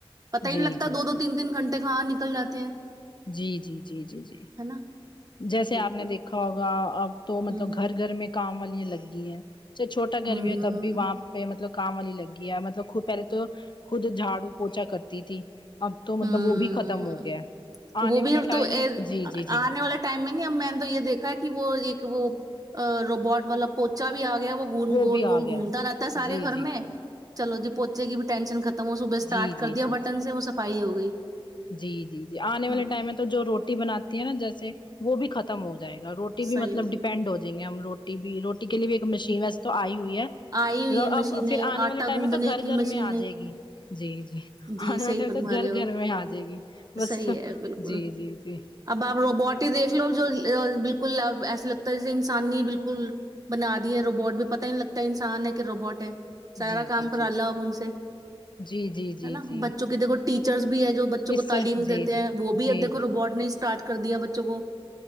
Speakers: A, on the right; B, on the left.
A: پت ہی
B: جی
A: نہیں لگتا
B: جی
A: دو دو تین گھٹے کہاں نکل جاتے ہیں
B: جی جی جی جی جی
A: ہے نا
B: جیسے
A: بالکل
B: آپ نے دیکھا ہوگا اب تو مطلب
A: ہوں ہوں
B: گھر گھر میں کام والیاں لگ گئی ہیں چاہے چھوٹا گھر
A: ہوں
B: بھی ہو تب بھی وہاں پہ مطلب کام والی لگ گی ہے مطلب خود پہلے تو خود جھاڑو پوچا کرتی تھی اب تو مطلب
A: ہوں
B: وہ بھی ختم ہو گیا آنے
A: وہ
B: والے
A: بھی اب
B: ٹائم
A: تو
B: میں جی جی جی
A: آنے والے ٹائم میں نہیں اب میں نے تو یہ دیکھا ہے کہ وہ ایک وہ روبوٹ والا پوچا بھی آ گیا وہ فون گول
B: بھی آ
A: گول
B: گیا
A: گھومتا رہتا ہے سارے
B: جی
A: گھر
B: جی
A: میں چلو جی پوچےکی بھی ٹینشن ختم ہو صبح اسٹارٹ
B: جی جی جی
A: کر دیا
B: جی
A: بٹن سے وہ صفائی ہو گئی
B: جی جی جی آنے والے
A: ہاں
B: ٹائم میں تو جو روٹی بناتی ہے نا جیسے وہ بھی ختم ہو جائے گا روٹی بھی
A: صحیح
B: مطلب ڈیپینڈ ہو جائیں گے ہم روٹی بھی رو کے لیے بھی ایک مشین وس تو آئی ہوئی ہے
A: آئی ہوئی
B: مل
A: ہے مشینیں
B: اب پھر آنے
A: آٹا
B: والے ٹائم
A: گوندنے
B: میں تو گھر
A: کی
B: گھر
A: مشینیں
B: میں آ جائے گی جی جی
A: جی
B: آنے والے
A: صحیح
B: ٹائم
A: فرما
B: تو گھر
A: رہے ہو
B: گھر میں آ جائے گی بس
A: صحیح ہے بالکل
B: جی جی جی
A: اب آپ روبوٹ ہی دیکھ لو جو بالکل ا ایسا لگتا ہے جیسے انسان نہیں بالکل بنا دی ہے روبوٹ بھی پتا ہی نہیں لگتا انسان ہے کہ روبوٹ ہے سارا
B: جی
A: کام
B: جی
A: کرا
B: جی
A: لوا ب ان سے
B: جی جی جی
A: ہے نا
B: جی
A: بچوں کی دیکھو ٹیچرس بھی ہے جو بچوں
B: اس
A: کو
B: سے
A: تعلیم
B: جی
A: دیتے
B: جی
A: ہیں وہ بھی اب دیکھو
B: جی
A: روبوٹ اسٹارٹ کر دیا بچوں کو